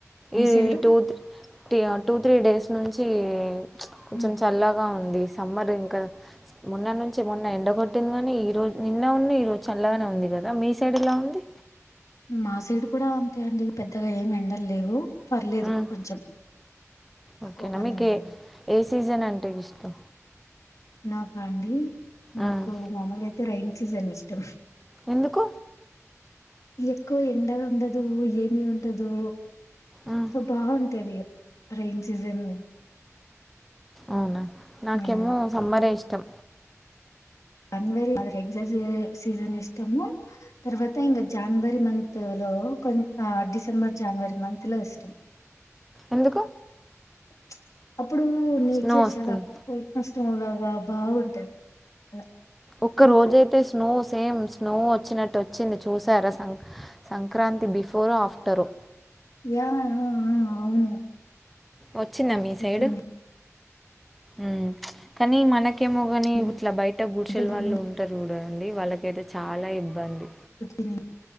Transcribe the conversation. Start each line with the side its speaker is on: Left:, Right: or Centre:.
Left: మీ
Centre: ఇది
Left: సైడు
Centre: ఈ టూ టీయా టూ త్రీ డేస్ నుంచి ప్చ్ కొంచెం
Left: ఉ
Centre: చల్లగా ఉ ఉంది సమ్మర్ ఇంకా మొన్న నుంచి మొన్న ఎండ కొట్టింది కాని ఈ రోజు నిన్న ఉన్ను ఈ రోజు చల్లగా గా ఉంది కదా మీ సైడ్ ఎలా ఉంది
Left: మా సైడ్ కూడా అంతే అండి పెద్దగా ఏం ఎండలు లేవు పర్లేదు
Centre: మ్మ్
Left: కొంచెం తక్కువగానే
Centre: ఓకేనా మీకు
Left: ఉన్నాయి
Centre: ఏ ఏ సీజన్ అంటే ఇష్టం
Left: నాకా అండి నాకు
Centre: మ్మ్
Left: మామలుగా అయితే రయిన్ సీజన్ ఇష్టం
Centre: ఎందుకు
Left: ఎక్కువ ఎండలు ఉండదు ఏమి ఉంటదు
Centre: మ్మ్
Left: సో బాగుంటది ఇగ రైన్ సీజన్
Centre: అవునా నాకేమో
Left: హ్మ్.
Centre: సమ్మర్రే ఇష్టం
Left: జనవరి అది రెగ్జాస్ సీజన్ ఇష్టము తర్వాత ఇంకా జనవరి మంతు లో కొం డిసెంబర్ జనవరి మంత్ లో ఇష్టం
Centre: ఎందుకు
Left: ప్చ్ అప్పుడు నేచర్
Centre: స్నో వస్తుంది
Left: చాలా కూల్ హు కూల్ గా బాగుంటది అలా
Centre: ఒక్క
Left: మీకు?
Centre: రోజైతే స్నోస్ సేమ్ స్నో వచ్చినట్టు వచ్చింది చూసారా సం సంక్రాంతి బిఫోర్ ఆఫ్టరు
Left: యా ఆ ఆ అవును
Centre: ఒచ్చిందా మీ
Left: వచ్చింది.
Centre: సైడ్ ఉమ్ కానీ మనకి ఎమో గని
Left: హ్మ్.
Centre: ఇట్లా బయట గుడ్శేలు
Left: భలేవుంది
Centre: వాళ్ళు ఉంటరు జుడండి వాళ్ళకైతే చాలా ఇబ్బంది
Left: ఉమ్